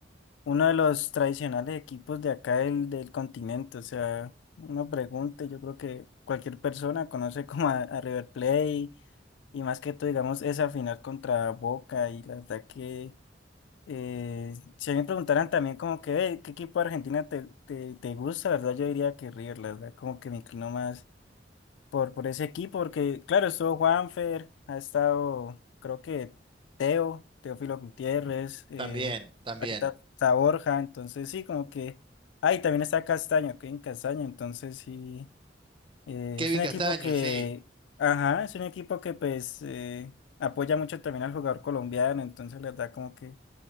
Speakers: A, on the left (about 80°); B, on the right (about 25°).
A: uno de los tradicionales equipos de acá del, del continente, o sea, uno pregunte, yo creo que cualquier persona conoce como a, a River Plate y más que todo, digamos, esa final contra Boca y la verdad que... Eh, si a mí me preguntaran también como que, "Ve, ¿qué equipo de Argentina te, te, te gusta? La verdad yo diría que River, la verdad, como que me inclino más por, por ese equipo, porque claro, estuvo Juanfer, ha estado, creo que Teo, Teófilo Gutiérrez, eh,
B: También, también.
A: ahorita está Borja, entonces sí, como que, ahí también está Castaño, que en Castaño, entonces sí, eh,
B: Kevin
A: es un
B: Castaño,
A: equipo que,
B: sí.
A: ajá, es un equipo que pues eh, apoya mucho también al jugador colombiano, entonces la verdad como que...